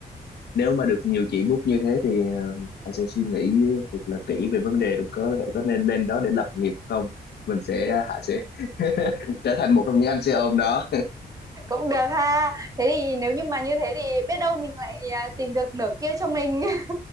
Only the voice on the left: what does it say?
nếu mà được nhiều chị book như thế thì uh, Hải sẽ suy nghĩ thật là kỹ về vấn đề là có thể có nên lên đó để lập nghiệp không mình sẽ Hải sẽ <laughs> trở thành một trong những anh xe ôm đó